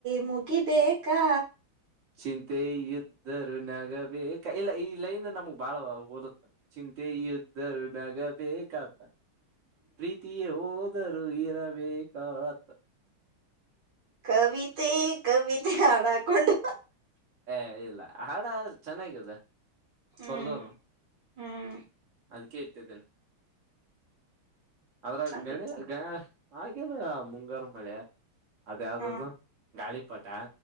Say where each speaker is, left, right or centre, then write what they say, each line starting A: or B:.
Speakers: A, on the right; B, on the right.
A: ಮು ಗಿ ಬೇಕಾ
B: ಚಿಂತೆ ಇದ್ದರು ನಗಬೇಕ ಇಲ್ಲ ಈ ಲೈನ್ ನಮ್ಗ್ ಬಾಳ ಹೋಲುತ್ತ ಚಿಂತೆ ಯುದ್ಧರು ನಗ ಬೇಕಾ ಅಂತ ಪ್ರೀತಿ ಯೋವ್ ದರೂ ಇರಬೇಕಾ ಆತ
A: ಕವಿತೆ ಕವಿತೆ ಹಾಡಾಕೊಂಡು
B: ಏ ಇಲ್ಲ ಹಾಡ ಚೆನ್ನಾಗಿದೆ
A: ಹ್ಮ್
B: ಬರದೋನು
A: ಹ್ಮ್
B: ಅದಕೆ ಇಟ್ಟಿದೇನೆ ಅದ್ರಗ
A: ಚಂದ
B: ಬೇರೆ ಗ. ಹಾಗೇನು ಮುಂಗಾರು ಮಳೆ ಅದ ಯಾವ್ದ್
A: ಹಾ
B: ಅದು ಗಾಳಿ. ಪಟ